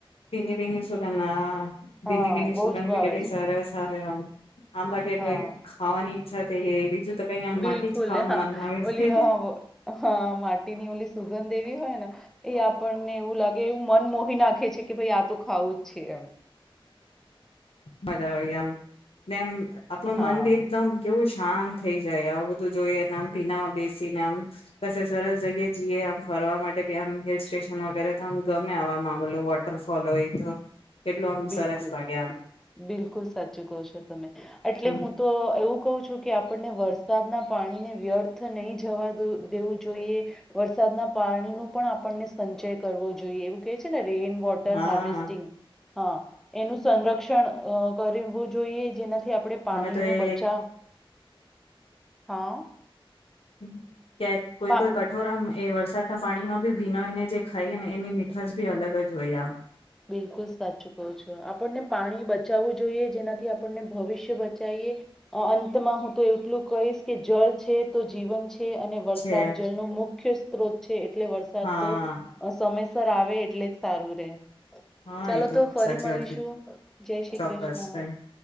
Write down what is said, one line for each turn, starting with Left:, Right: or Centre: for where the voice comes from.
Left: ભીની ભીની સુગંધ હા
Centre: હા
Left: ભીની ભીની
Centre: બહુ
Left: સુગંધ
Centre: જ ભાવે
Left: બી કેટલી
Centre: છે
Left: સરસ આવે આમ. આમ લાગે
Centre: હા
Left: કે ખાવાની છા બીજું તો કઈ આ
Centre: બિલકુલ
Left: માટેટી જ ખાવાનું
Centre: હા
Left: મનમાં આવે છે
Centre: ઓલી હા વ હા સુગંધ દેવી હોય ને એ આપણને એવું લાગે એવું મન મોહી નાખે છે કે ભાઈ આ તો ખાવું જ છે એમ
Left: બદવ એમ મેનેમ આપણું
Centre: હા
Left: મન એકદમ કેવું છે હા થઈ જાય આવું બધું જોઈએ એને આમ ભીનામાં બેસી ને આમ પછી સરસ જગ્યાએ જઈએ આમ ફરવા માટેી આમ હિલ સ્ટેશન વગેરે તો આમ ગમે આવા ગલો વોટરફોલ હોય તો કેટલું આમ
Centre: બિલકુલ
Left: સરસ લાગ્યા આમ
Centre: બિલકુલ સાચું કહો છો તમે એટલે
Left: હમ
Centre: હું તો એવું કહું છું કે આપણને વરસાદના પાણીને વ્યર્થ નહી જવા દેવું જોઈએ વરસાદના પાણી ન પણ આપણને સંચય કરવો જોઈએ એવું કેહે છે ને રેઈઇન વોટર
Left: હા
Centre: હાર્વેસ્ટિંગ હા એનું સંરક્ષણ કરવું જોઈએ જેનાથી થી આપણેે પાણી
Left: અમે તો
Centre: ન
Left: એ
Centre: બચાવ હા
Left: હમ ક્યા કોઈ
Centre: પા
Left: કોઈ કઠોર આમ એ વરસાદના પાણીમાં ભી ભીનોઈને જે ખાઈ ને એની મીઠાશ ભી અલગ અ જ હોય આમ
Centre: બિલકુલ સાચું કવ છું આપણને પાણી બચાવવું જોઈ જેનાથી આપણને ભવિષ્ય બચાવએ અંતમાં હું તો એટલું કહીશ કે જળ છે તો જીવન છે છે અને વરસાદ
Left: છે
Centre: જલનો મુખ્ય રોચ છે એટલે વરસાદ
Left: હા
Centre: તો સમય આવે એટલે જ સારું <inaudible>
Left: હા
Centre: ચાલો
Left: એતો
Centre: તો ફરી
Left: સાચી
Centre: મળીશું
Left: વાત ક
Centre: જય શ્રી
Left: ચોક્કસ
Centre: કૃષ્ણ
Left: કઈ